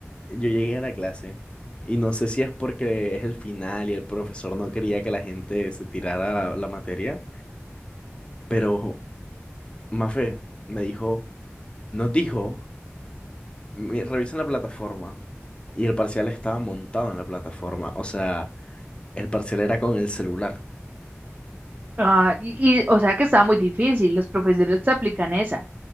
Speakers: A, on the left; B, on the right.
A: Yo llegué a la clase y no sé si es porque es el final y el profesor no quería que la gente se tirara la, la materia, pero Mafe me dijo, nos dijo, "Mi- revisen la plataforma. Y el parcial estaba montado en la plataforma, o sea, el parcial era con el celular.
B: ah, y, y, o sea que estaba muy difícil, los profesores aplican esa.